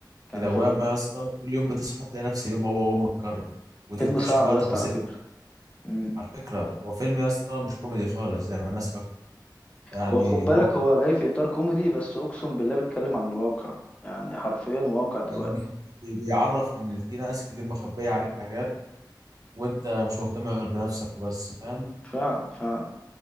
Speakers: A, on the left (about 15°); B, on the right (about 50°).
A: كان
B: في دوامه
A: فيلم
B: يا اسطى كل يوم بتصحى تلاقي نفس اليوم هو هو متكرر وتكتشف
A: فيلم صعب
B: بقى
A: يا
B: تفاصيل
A: اسطى على فكرة مم.
B: على فكره هو فيلم يا اسطى مش كوميدي خالص زي ما الناس يعني
A: هو خد بالك
B: هو
A: هو جاي في إطار كوميدي بس أقسم بالله بيتكلم عن الواقع يعني حرفيا واقع دلوقتي
B: يعني بي- بيعرف ان في ناس كتير مخبيه عليك حاجات وانت مش مهتم غير بنفسك وبس فاهم
A: فعلا فعلا